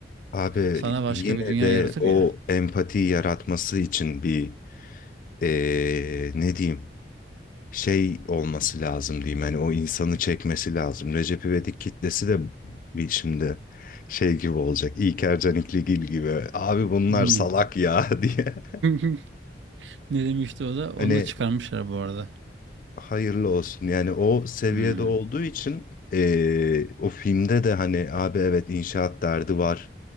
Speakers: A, on the left; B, on the right.
A: Abi
B: Sana başka
A: yine
B: bir dünya
A: de
B: yaratır
A: o
B: ya.
A: empati yaratması için bir eee, ne diyeyim şey olması lazım diyeyim. Yani o insanı çekmesi lazım. Recep İvedik kitlesi de bir şimdi şey gibi olacak. İlker Canikligil gibi. Abi bunlar
B: Hmm.
A: salak ya <laughs> diye.
B: <laughs> Ne demişti o da? Onu
A: Hani
B: da çıkarmışlar bu arada.
A: hayırlı olsun. Yani o seviyede
B: Hmm,
A: olduğu için eee, o filmde de hani abi evet inşaat derdi var.